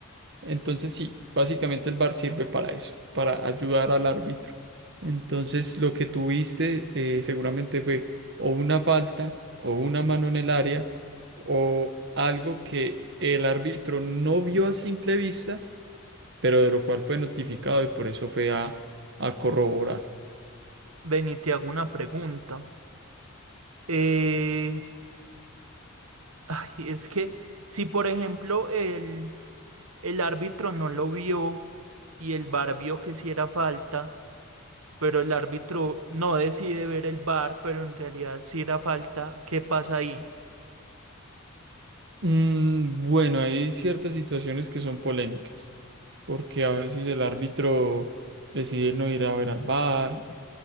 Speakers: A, on the right; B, on the right.
A: Entonces sí, básicamente el VAR sirve para eso, para ayudar al árbitro. Entonces lo que tuviste eh, seguramente fue o una falta o una mano en el área o algo que el árbitro no vio a simple vista, pero de lo cual fue notificado y por eso fue a, a corroborar.
B: Ven y te hago una pregunta. Eh, ay, es que si por ejemplo el, el árbitro no lo vio y el VAR vio que sí era falta, pero el árbitro no decide ver el VAR, pero en realidad sí era falta, ¿qué pasa ahí?
A: Mm, bueno, hay ciertas situaciones que son polémicas, porque a veces el árbitro decide no ir a ver al VAR,